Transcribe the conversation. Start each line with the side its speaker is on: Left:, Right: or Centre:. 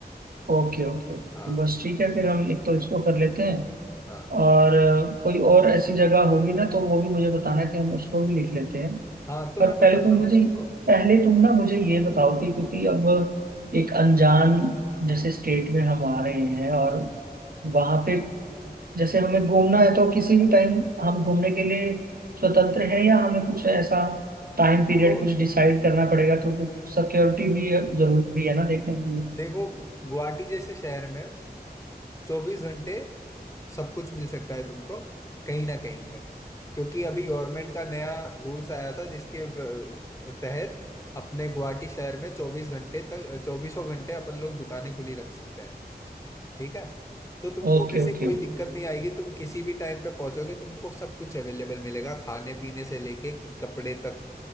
Right: Okay okay
Left: हाँ
Right: बस ठीक है फिर हम एक तो इसको कर लेते हैं
Left: हाँ
Right: और अ, कोई और ऐसी जगह होगी ना तो वो भी मुझे बताना कि हम उसको भी लिख लेते हैं
Left: हाँ तो
Right: पर
Left: मैं बताता
Right: पहले तुम
Left: हूँ
Right: मुझे
Left: तुमको
Right: पहले तुम ना मुझे ये बताओ कि क्योंकि अब एक अनजान जैसे स्टेट में हम आ रहे हैं और
Left: हाँ
Right: वहां पे जैसे हमें घूमना है तो किसी भी टाइम हम घूमने के लिए स्वतंत्र हैं या हमें कुछ ऐसा टाइम पीरियड
Left: देखो
Right: कुछ डिसाइड करना पड़ेगा क्योंकि सिक्योरिटी भी जरूरी है ना देखने के लिए
Left: देखो गुवाहाटी जैसे शहर में चौबीस घंटे सब कुछ मिल सकता है तुमको कहीं ना कहीं पे क्योंकि अभी गवर्नमेंट का नया रूल्स आया था जिसके ब- तहत अपने गुवाहाटी शहर में चौबीस घंटे तक चौबीसों घंटे अपन लोग दुकानें खुली रख सकते हैं ठीक है तो तुमको
Right: Okay
Left: वैसे
Right: okay
Left: कोई दिक्कत नहीं आएगी तुम किसी भी टाइम पे पहुंचोगे तुमको सब कुछ अवेलेबल मिलेगा खाने पीने से लेके क- कपड़े तक